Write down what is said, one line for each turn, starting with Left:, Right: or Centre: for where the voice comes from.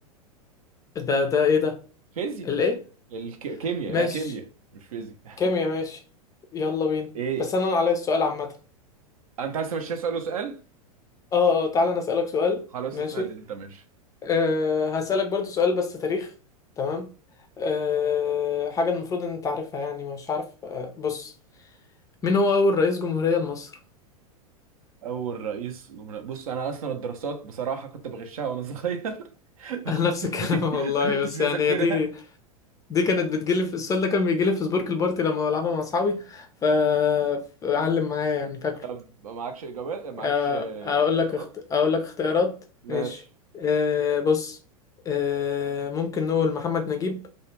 Left: ده ده إيه ده؟
Right: فيزياء
Left: الإيه؟
Right: الكيمياء
Left: ماشي
Right: لا كيمياء مش فيزياء
Left: كيميا ماشي يلا بينا
Right: <laughs> ايه
Left: بس أنا اللي عليا السؤال عامة
Right: انت عايز تمشيها سؤال وسؤال
Left: أه أه تعالى أنا أسألك سؤال
Right: خلاص
Left: ماشي
Right: اسال انت ماشي
Left: أه... هسألك برضو سؤال بس تاريخ تمام أه... حاجة المفروض إن أنت عارفها يعني مش عارف أه... بص مين هو أول رئيس جمهورية لمصر؟
Right: اول رئيس جمهورية بص انا اصلا الدراسات بصراحه كنت بغشها وانا صغير <laughs>
Left: <laughs>
Right: ما
Left: نفس
Right: كنتش
Left: الكلام
Right: بي...
Left: والله
Right: كنتش
Left: بس
Right: بذاكرها
Left: يعني هي دي دي كانت بتجيلي في السؤال ده كان بيجيلي في سبورك البارتي لما بلعبها مع اصحابي ف علم
Right: مم.
Left: معايا يعني فاكره
Right: طب معكش اجابات معكش
Left: آه،
Right: اختيارات
Left: اقول لك اخت... اقول لك اختيارات
Right: ماشي
Left: ماشي أه بص أه ممكن نقول محمد نجيب